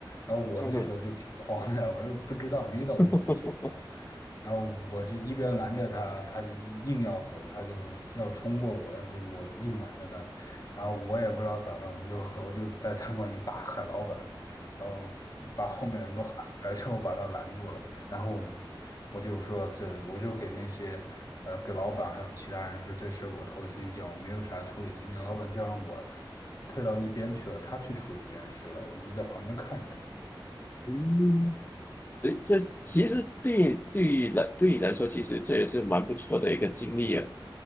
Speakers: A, on the left; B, on the left.
A: 然后我那时候就挺慌的，
B: 嗯哼，
A: 我又不知道没遇到过这种情况，
B: <laughs>
A: 然后我就一边拦着他，他一硬要走，他就要冲过我，但是我硬拦着他，然后我也不知道咋办，我就我就在餐馆里大喊老板，然后把后面的人都喊出来之后把他拦住了，然后我就说这我就给那些呃给老板还有其他人说这事儿我头一次遇见，我没有啥处理经验，老板叫上我退到一边去了，他去处理这件事了，我就在旁边看着。
B: 嗯，诶这其实对对于来对你来说，其实这也是蛮不错的一个经历啊。